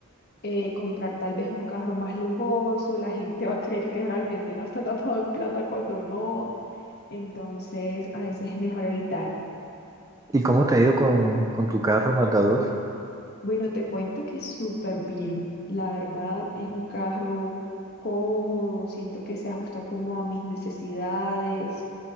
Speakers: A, on the left; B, on the right.
A: eh, comprar tal vez un carro más lujoso, la gente <laughs> va a creer que realmente uno está tapado en plata cuando no, entonces a veces es mejor evitar.
B: ¿Y cómo te ha ido con, con tu carro Mazda 2?
A: Bueno, te cuento que súper bien, la verdad es un carro cómodo, siento que se ajusta como a mis necesidades.